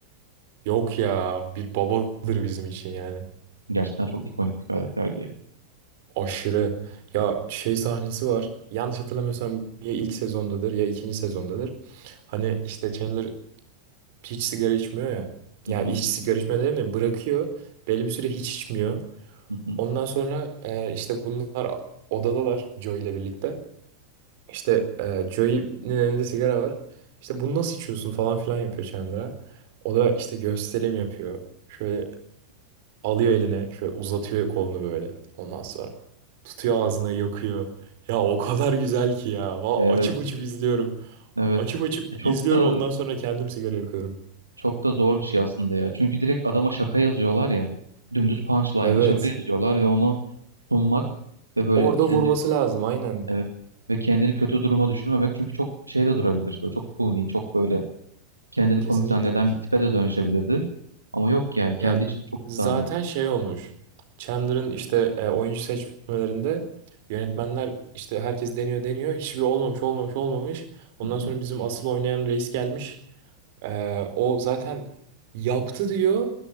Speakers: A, on the right (about 50°); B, on the right (about 80°).
A: Yok ya bir babadır bizim için yani.
B: Gerçekten çok ikonik bir karakterdi yani.
A: Aşırı. Ya şey sahnesi var. Yanlış hatırlamıyorsam ya ilk sezondadır ya ikinci sezondadır. Hani işte Chandler hiç sigara içmiyor ya.
B: Hı
A: Yani
B: hı,
A: hiç sigara içmiyor değil mi? Bırakıyor. Belli bir süre hiç içmiyor.
B: hı hı.
A: Ondan sonra e, işte bunlar odadalar Joey ile birlikte. İşte e, Joey'nin elinde sigara var. İşte bunu nasıl içiyorsun falan filan yapıyor Chandler'a. O da işte gösterim yapıyor. Şöyle alıyor eline, şöyle uzatıyor kolunu böyle. Ondan sonra tutuyor ağzına yakıyor. Ya o kadar güzel ki ya. Va
B: Evet,
A: açıp açıp izliyorum.
B: evet.
A: Açıp açıp
B: E, Çok
A: izliyorum
B: da
A: ondan sonra kendim sigara yakıyorum.
B: çok da zor bir şey aslında ya. Çünkü direkt adama şaka yazıyorlar ya. Dümdüz punchline'la
A: Evet.
B: şaka yazıyorlar ve onu sunmak ve böyle
A: Orada
B: kendi
A: vurması lazım aynen.
B: evet ve kendini kötü duruma düşürmemek çünkü çok şey de durabilir. Böyle çok suni, çok böyle kendini
A: Kesinlikle.
B: komik zanneden bir tipe de dönüşebilirdi. Ama yok yani kendi
A: Ya
B: için çok tutarlı.
A: zaten şey olmuş. Chandler'ın işte e, oyuncu seçmelerinde yönetmenler işte herkes deniyor deniyor. Hiçbiri olmamış olmamış olmamış. Ondan
B: Hı
A: sonra
B: hı.
A: bizim asıl oynayan reis gelmiş. E, o zaten yaptı diyor.